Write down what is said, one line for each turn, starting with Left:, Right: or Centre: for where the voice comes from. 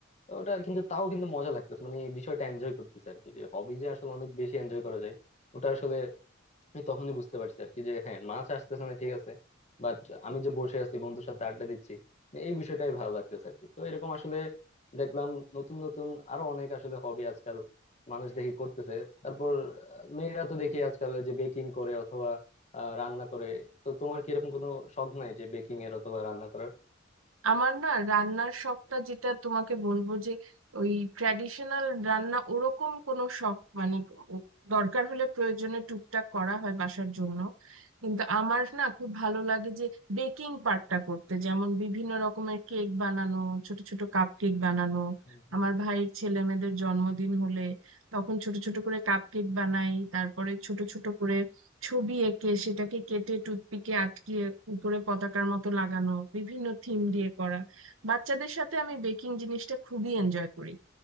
Left: তো ওটা কিন্তু তাও কিন্তু মজা লাগতেছে মানে এই বিষয়টা এনজয় করতেছে আর কি যে হবি যে আসলে অনেক বেশি এনজয় করা যায় ওটা আসলে আমি তখনই বুঝতে পারছি আর কি যে হ্যাঁ মাছ আসতেছে না ঠিক আছে বাট আমি যে বসে আছি বন্ধুর সাথে আড্ডা দিচ্ছি এই বিষয়টাই ভালো লাগতেছে আর কি তো এরকম আসলে দেখলাম নতুন নতুন আরো অনেক আসলে হবি আজকাল মানুষ দেখি করতেছে তারপর আহ, মেয়েরা তো দেখি আজকাল ওই যে বেকিং করে অথবা আহ, রান্না করে তো তোমার কি এরকম কোনো শখ নাই যে বেকিং এর অথবা রান্না করার
Right: আমার না রান্নার শখটা যেটা তোমাকে বলবো যে ওই ট্র্যাডিশনাল রান্না ওরকম কোনো শখ মানে ও- দরকার হলে প্রয়োজনে টুকটাক করা হয় বাসার জন্য কিন্তু আমার না খুব ভালো লাগে যে বেকিং পার্টটা করতে যেমন বিভিন্ন রকমের কেক বানানো ছোট ছোট কাপ কেক বানানো
Left: হুম, হুম।
Right: আমার ভাইয়ের ছেলে মেয়েদের জন্মদিন হলে তখন ছোট ছোট করে কাপ কেক বানাই তারপরে ছোট ছোট করে ছবি এঁকে সেটাকে কেটে টুথপিকে আটকিয়ে উপরে পতাকার মতো লাগানো বিভিন্ন থিম দিয়ে করা বাচ্চাদের সাথে আমি বেকিং জিনিসটা খুবই এনজয় করি